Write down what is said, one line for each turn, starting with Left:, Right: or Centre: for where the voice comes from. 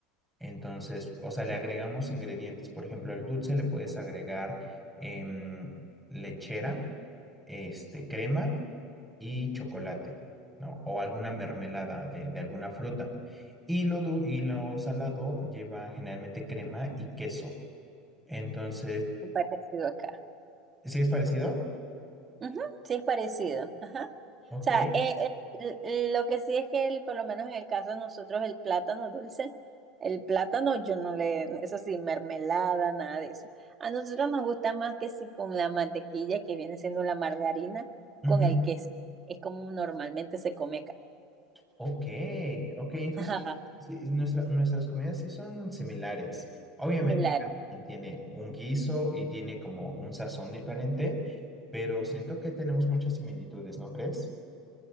Centre: Entonces, o sea, le agregamos ingredientes. Por ejemplo, al dulce le puedes agregar em, lechera, este, crema y chocolate, ¿no? O alguna mermelada de, de alguna fruta. Y lo, du- y lo salado lleva generalmente crema y queso. Entonces,
Right: muy parecido acá.
Centre: ¿sí es parecido?
Right: Ujú, sí, es parecido. O
Centre: Ok.
Right: sea, eh, eh, l- lo que sí es que el- por lo menos en el caso de nosotros, el plátano dulce, el plátano yo no le, eso sí, mermelada, nada de eso. A nosotros nos gusta más que si con la mantequilla, que viene siendo la margarina,
Centre: ujú,
Right: con el queso. Es como normalmente se come acá.
Centre: Ok, ok. Entonces,
Right: Ajá,
Centre: sí, nuestra- nuestras comidas sí son similares. Obviamente,
Right: similar.
Centre: cada quien tiene un guiso y tiene como un sazón diferente, pero siento que tenemos muchas similitudes, ¿no crees?